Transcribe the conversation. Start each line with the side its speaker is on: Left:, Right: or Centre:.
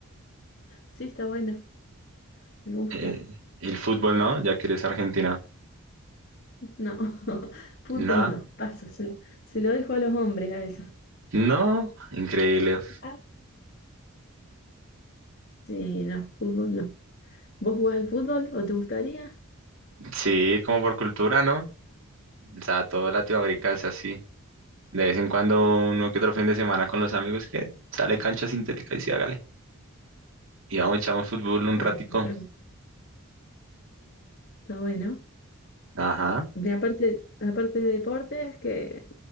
Left: Sí, está bueno, me gusta.
Right: eh, el fútbol no, ya que eres argentina.
Left: No, <laughs> fútbol
Right: No,
Left: no, paso, se, lo- se lo dejo a los hombres a eso.
Right: no, increíble.
Left: Ah, Sí, no, fútbol no. ¿Vos jugás al fútbol o te gustaría?
Right: Sí, como por cultura, ¿no? O sea, todo Latinoamérica es así. De vez en cuando, uno que otro fin de semana con los amigos que sale cancha sintética y sí, hágale. Y vamos, echamos fútbol un
Left: Ah,
Right: ratico.
Left: está Está bueno.
Right: Ajá.
Left: Porque aparte, aparte de deportes, ¿qué,